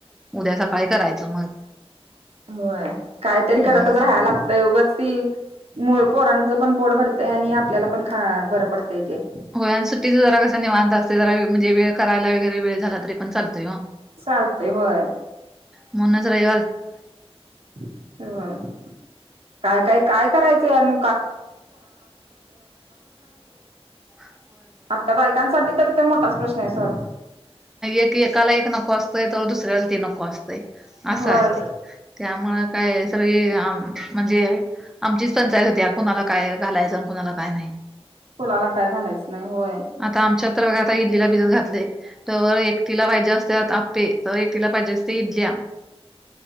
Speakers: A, in the centre; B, on the right (about 70°).
A: उद्या सकाळी करायचं मग.
B: होय कायतरी करतच
A: ह
B: राहाय लाग ोगच ती मु पोरांचं पण पोट भरतेय आणि आपल्याला पण ख भर पडतय ते.
A: हो आणि सुट्टीच जरा कस निवांत असते जरा म्हणजे वेळ करायला वगैरे वेळ झाला तरी पण लतोय.
B: चालतंय, होय.
A: म्हणूनच रवि
B: <inaudible> काय काय काय करायचंय आणि
A: ह.
B: आपल्या बायकांसाठी तरी तो मोठाच प्रश्न आहे सॉट.
A: एक एकाला एक नको असतंय तर दुसऱ्याला तीन नको असतंय असं
B: होय
A: आहे. त्यामुळं काय सगळी म्हणजे आमचीच पंचायत होती या कुणाला काय घालायचं आणि कुणाला काय नाही.
B: फूलाला काय घालायच नाही होय.
A: आता आमच्या तर आता इडलीला भिजत घातले तर एकटीला पाहिजे असत आप्पे एकटीला पाहिजे असते इडल्या.